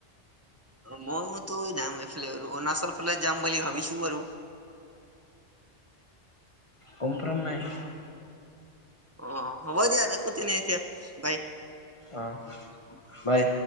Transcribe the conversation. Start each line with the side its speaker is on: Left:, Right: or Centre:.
Right: মইতো যাম এইফালে অৰুণাচল ফালে যাম বুলি ভাবিছো আৰু।
Left: কনফ্ৰাম নাই।
Right: অ হ'ব দিয়া ৰাখো তেনে এতিয়া বাই।
Left: অ', বাই।